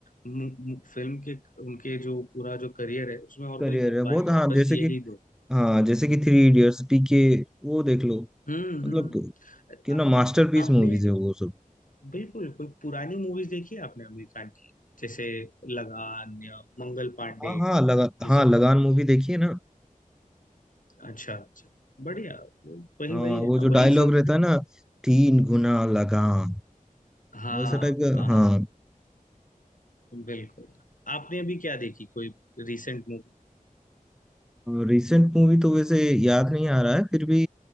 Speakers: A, on the left; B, in the centre.
A: मु- मु- फिल्म के उनके जो पूरा जो करियर है उसमें और
B: करियर
A: कोई धब्बा
B: है बहुत
A: नहीं
B: हाँ
A: है बस
B: जैसे
A: यही
B: कि
A: दो
B: हाँ जैसे कि थ्री इडियट्स पीके वो देख लो
A: हम्म
B: मतलब
A: हम्म
B: कितना
A: आ-
B: मास्टरपीस
A: आपने
B: मूवीज है वो सब
A: बिल्कुल कोई पुरानी मूवीज देखी है आपने आमिर खान की जैसे लगान या मंगल पांडे
B: हाँ हाँ लगा
A: ये
B: हाँ
A: सब
B: लगान मूवी देखिए ना
A: अच्छा अच्छा बढ़िया वो- वही
B: हाँ
A: वही है
B: वो
A: ना
B: जो
A: वही
B: डायलॉग
A: सब
B: रहता है ना तीन गुना लगाम
A: हाँ
B: वैसा टाइप का
A: हाँ
B: हाँ
A: बिल्कुल आपने अभी क्या देखी कोई रिसेंट मूवी
B: रिसेंट मूवी तो वैसे याद नहीं आ रहा है फिर भी